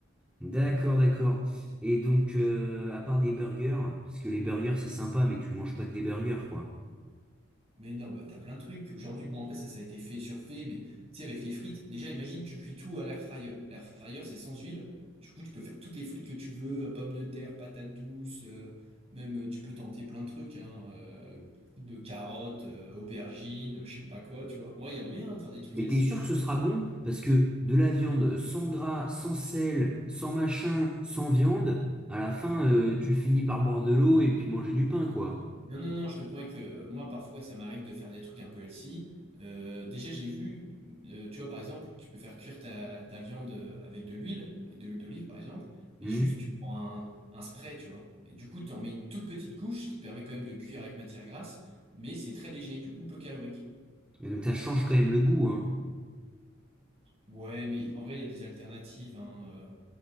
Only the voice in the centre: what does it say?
D'accord, d'accord. Et donc, euh, à part des burgers, parce que les burgers c'est sympa, mais tu manges pas que des burgers, quoi.
Mais
t'es sûr que ce sera bon? Parce que de la viande sans gras, sans sel, sans machin, sans viande, à la fin, euh, tu finis par boire de l'eau et puis manger du pain, quoi.
Hmm
Et donc ça change quand même le goût, hein.